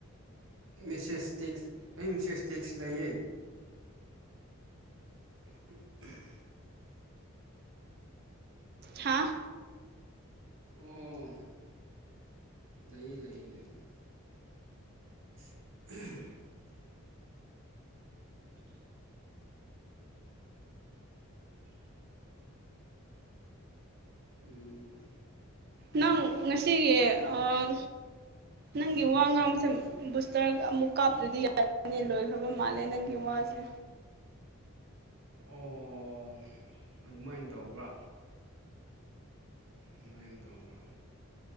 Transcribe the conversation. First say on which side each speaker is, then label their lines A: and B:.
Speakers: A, on the right (about 65°); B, on the right (about 45°).
A: ꯃꯦꯁꯦꯁ ꯇꯦꯛꯁ ꯑꯩ ꯃꯦꯁꯦꯁ ꯇꯦꯛꯁ ꯂꯩꯌꯦ <inaudible>
B: ꯍꯥꯥ
A: ꯑꯣ ꯂꯩꯌꯦ ꯂꯩꯌꯦ ꯂꯩꯌꯦ <unintelligible> ꯎꯝ
B: ꯅꯪ ꯉꯁꯤꯒꯤ ꯑꯥ ꯅꯪꯒꯤ ꯋꯥ ꯉꯥꯡꯕꯁꯦ ꯕꯨꯁꯇ꯭ꯔ ꯑꯃꯨꯛ ꯀꯥꯞꯇ꯭ꯔꯗꯤ ꯌꯥꯔꯅꯤ ꯂꯣꯏꯈ꯭ꯔꯕ ꯃꯥꯜꯂꯦ ꯅꯪꯒꯤ ꯋꯥ ꯋꯥꯁꯦ
A: ꯑꯣ ꯑꯗꯨꯃꯥꯏꯅ ꯇꯧꯕ꯭ꯔꯥ ꯑꯗꯨꯃꯥꯏꯅ ꯇꯧꯕ